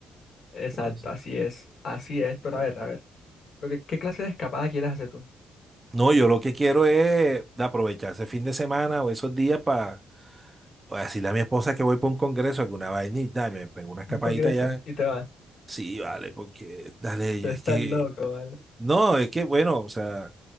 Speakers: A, on the left; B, on the right.
A: Exacto,
B: Entonces,
A: así es. Así es. Pero a ver, a ver. Lo que, ¿qué clase de escapada quieres hacer tú?
B: no, yo lo que quiero es aprovechar ese fin de semana o esos días para decirle a mi esposa que voy para un congreso, alguna vainita, y me pego una escapadita
A: un congreso
B: ya.
A: y te vas.
B: Sí, vale, porque dale,
A: Tú
B: yo-
A: estás
B: es que,
A: loco, ¿vale?
B: no, es que bueno, o sea,